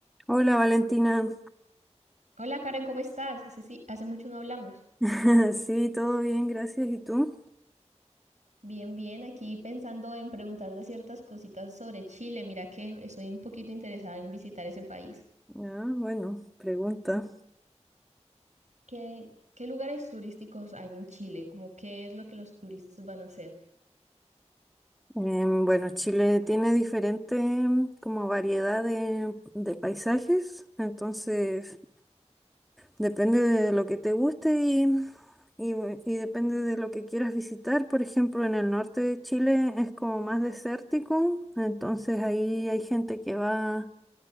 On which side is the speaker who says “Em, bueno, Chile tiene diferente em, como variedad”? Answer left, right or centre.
Centre